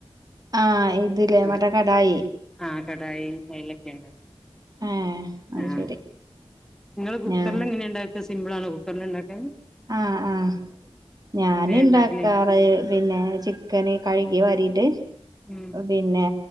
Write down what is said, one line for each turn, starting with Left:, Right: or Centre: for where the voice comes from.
Right: ആഹ് ഇതില്ലേ
Centre: ആഹ്
Right: മറ്റേ കടായി
Centre: ആഹ് കടായി അയ്ലൊക്കെണ്.
Right: ഏഹ് അത്
Centre: ആഹ്
Right: ശരി
Centre: ങ്ങള് കുക്കറല്
Right: ഞാ
Centre: എങ്ങനെയുണ്ട സിംപിലാണോ കുക്കറിൽണ്ടാക്കാന്
Right: ആഹ് ആഹ് ഞാനുണ്ടാക്കാറ്
Centre: ഇണ്ടാക്കല്
Right: പിന്നെ ചിക്കന് കഴുകി വാരിട്ട്
Centre: ഉം
Right: പിന്നെ